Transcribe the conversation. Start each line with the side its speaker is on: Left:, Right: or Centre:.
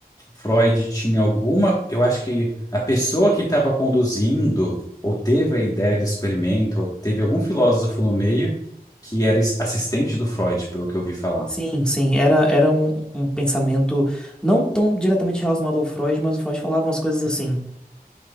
Left: Freud tinha alguma, eu acho que a pessoa que estava conduzindo, ou teve a ideia do experimento, ou teve algum filósofo no meio que era es- assistente do Freud, pelo que eu ouvi falar.
Centre: Sim, sim, era, era um, um pensamento não tão diretamente relacionado ao Freud, mas o Freud falava umas coisas assim,